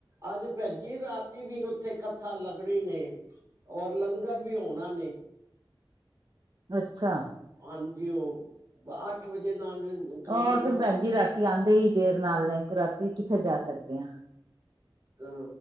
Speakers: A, on the right; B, on the right.
A: ਅੱਜ ਭੈਣ ਜੀ ਰਾਤੀ ਵੀ ਉੱਥੇ ਕੱਥਾ ਲੱਗਣੀ ਨੇ ਔਰ ਲੰਗਰ ਵੀ ਹੋਣਾ ਏ
B: ਅੱਛਾ
A: ਹਾਂਜੀ ਉਹ ਆਠ ਵਜੇ ਨਾਲ ਕੰਮ
B: ਉਹ ਤੇ ਭੈਣ ਜੀ ਰਾਤੀ ਆਉਂਦੇ ਹੀ ਦੇਰ ਨਾਲ ਨੇ ਕ ਰਾਤੀ ਕਿੱਥੇ ਜਾ ਸਕਦੇ ਹਾਂ।
A: ਤੇ